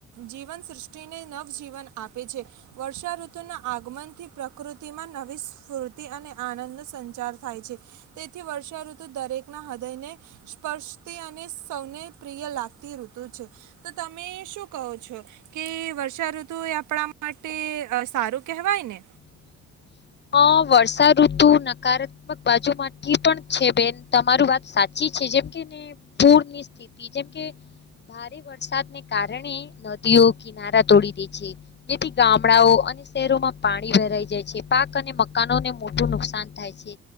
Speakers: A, on the right (about 75°); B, on the left (about 35°).
A: જીવન સૃષ્ટિને નવ જીવન આપે છે. વર્ષાઋતુના આગમનથી પ્રકૃતિમાં નવી સ્ફૂર્તિ અને આનંદનો સંચાર- થાય છે તેથી વર્ષાઋતુ દરેકના હૃદયને સ્પર્શતી અને સૌને પ્રિય- લાગતી ઋતુ છે તો તમે શું કહો છો કે વર્ષાઋતુ એ આપણા માટે ટે સારું કહેવાય ને.
B: <unintelligible> હ વર્ષાઋતુ નકારાત્મક બાજુમાંથી પણ છે બેન તમારું વાત સાચી જેમ કેને પૂરની સ્થિતિ જેમ કે ભારે વરસાદને કારણે નદીઓ કિનારા તોડી દે છે જેથી ગામડાઓ શહેરોમાં પાણી વહેરાઈ જાય છે પાક અને મકાનોને મોટું નુકસાન થાય છે